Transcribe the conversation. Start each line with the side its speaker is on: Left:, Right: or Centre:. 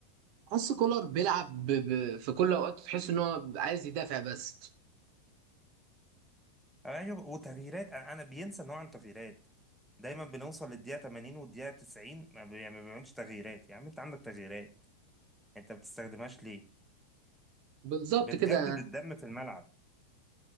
Right: حس كولر بيلعب ب... ب... في كل اوقات تحس ان هو عايز يدافع بس
Centre: ايوه وتغييرات انا أنا بينسى ان هو عنده تغييرات دايما بنوصل للدقيقه 80 والدقيقه 90 ما بي- ما بيعملش تغييرات يا عم انت عندك تغييرات انت ما بتستخدمهاش ليه
Right: بالظبط
Centre: بتجدد
Right: كده
Centre: الدم في الملعب